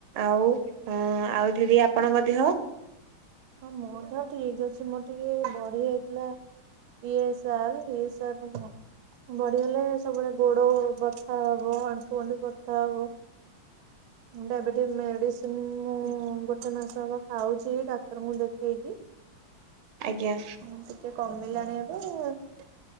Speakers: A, on the right (about 85°); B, on the right (about 70°).
A: ଆଉ ହଁ ଆଉ ଦିଦି ଆପଣଙ୍କ ଦେହ?
B: ହଁ ମୋର ତ ଠିକ ଅଛି ମୋର ଟିକେ ବଢିଆ ଯାଇଥିଲା। ଏଇଏ ସାର୍ ଇଏ ସାର୍ ନୁହଁ। ବଢି ହେଲେ ସବୁବେଳେ ଗୋଡ ବଥା ହବ ଆଣ୍ଠୁ ଗଣ୍ଠି ବଥା ହବ। ହୁଣ୍ଡା ମେଡିସିନ୍
A: ହୁଁ।
B: ତିନି ମାସ ହବ ଖାଉଛି। ଡାକ୍ତରଙ୍କୁ ଦେଖେଇକି।
A: ଆଜ୍ଞା।
B: ଉ ଟିକେ କମିଲାଣି ଏବେ ନିଜେ